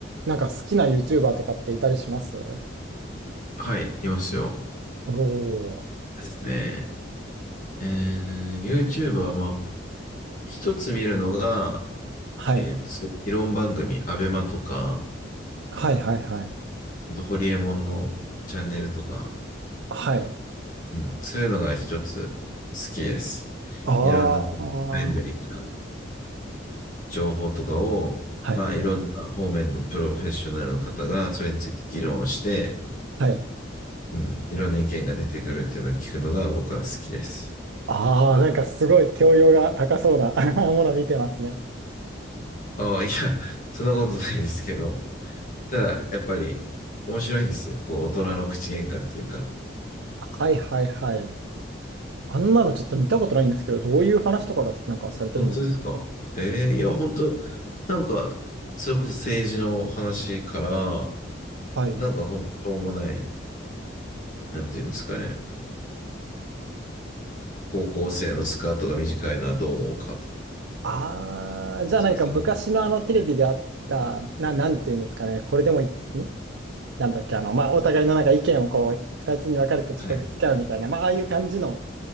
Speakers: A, on the right; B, on the left.
A: なんか好きな YouTuber とかっていたりします
B: はい、いますよ。
A: おー。
B: ですね。えー、YouTuber は、まあ、一つ見るのが、
A: はい。
B: えっと、そういう議論番組、アベマとか、
A: はいはいはい。
B: あと、ホリエモンのチャンネルとか、
A: はい。
B: うん、そういうのが一つ好きです。
A: あ
B: いろんな、
A: あ。
B: タイムリーな
A: は
B: 情報とかを、まあ、
A: い。
B: いろんな方面のプロフェッショナルの方が、それについて議論をして、
A: はい。
B: うん、いろんな意見が出てくるっていうのを聞くのが僕は好きです。
A: ああ、なんかすごい教養が高そうな <laughs> もの見てますね。
B: ああ、いや、そんなことないですけど、たら、やっぱり面白いんですよ。こう、大人の口喧嘩っていうか。
A: はいはいはい。あんなのちょっと見たことないんですけど、どういう話とかがなんかされてるんですか
B: 本当ですかええいや、本当なんか、それこそ政治の話から、
A: はい。
B: なんか本当もない、なんていうんですかね。高校生のスカートが短いのはどう思うかとか、
A: ああ、じゃあなんか昔のあのテレビであった、
B: 小さなとこで。
A: な、なんていうんですかね、これでもい、んなんだっけ、あの、まあ、お互いのなんか意見をこう、二つに分かれてちょっとぶつけ合うみたいな、
B: はい。
A: まあ、ああいう感じの